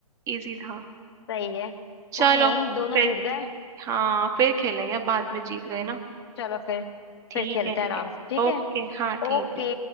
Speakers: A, on the right (about 15°); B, on the left (about 45°).
A: इजी था
B: सही है
A: चलो
B: कोई नहीं दोनों
A: फिर
B: जीत गए
A: हाँ फिर खेलेंगे बाद में जीत गए ना
B: चलो फिर
A: ठीक
B: फिर खेलते
A: है
B: हैं
A: ठीक
B: आराम
A: है
B: से ठीक है
A: ओके हाँ
B: ओके
A: ठीक है